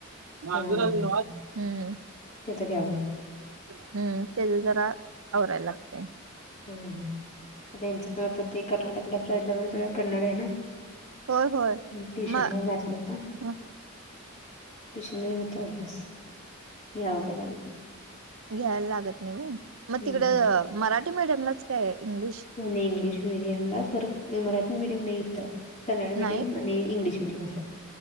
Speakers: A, on the right; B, on the left.
A: अजून
B: हा हा
A: हम
B: त्याच घ्यावं लागतं.
A: हम्म त्याचं जरा आवरायला लागतय.
B: हा ह त्याचं पण आता ते कर्नाटकला <unintelligible> फ राहिलंवर तेढं कन्नड आहे ना.
A: होय होय
B: ट्युशनला
A: म
B: घातलायता.
A: ह
B: ट्युशन म होतो अभ्यास घ्यावा त लागत
A: घ्यायला लागत नाही व्हय मग
B: नाही
A: तिकड मराठी मीडियमलाच काय इंग्लिश?
B: नाही इंग्लिश मीडियमलाच तर मराठी मीडियम नाही इथं कन्नड
A: नाही
B: मीडियम आणि इंग्लिश मीडयम असं